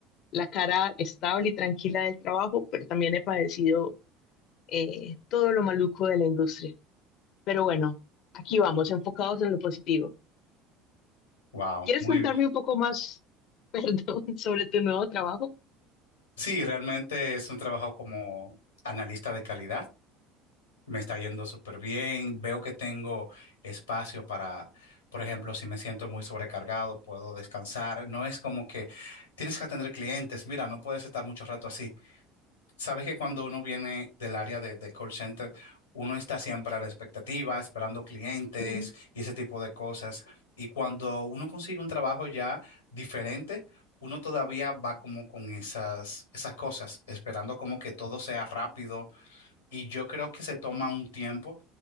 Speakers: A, on the left; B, on the left.
A: la cara estable y tranquila del trabajo, pero también he padecido eh, todo lo maluco de la industria. Pero bueno, aquí vamos, enfocados en lo positivo.
B: Wow,
A: ¿Quieres
B: muy
A: contarme
B: bien.
A: un poco más, <laughs> perdón, sobre tu nuevo trabajo?
B: Sí, realmente es un trabajo como analista de calidad. Me está yendo súper bien. Veo que tengo espacio para, por ejemplo, si me siento muy sobrecargado, puedo descansar. No es como que tienes que atender clientes. Mira, no puedes estar mucho rato así. Sabes que cuando uno viene del área de, de call center, uno está siempre a la expectativa, esperando clientes
A: Sí.
B: y ese tipo de cosas. Y cuando uno consigue un trabajo ya diferente, uno todavía va como con esas, esas cosas, esperando como que todo sea rápido y yo creo que se toma un tiempo,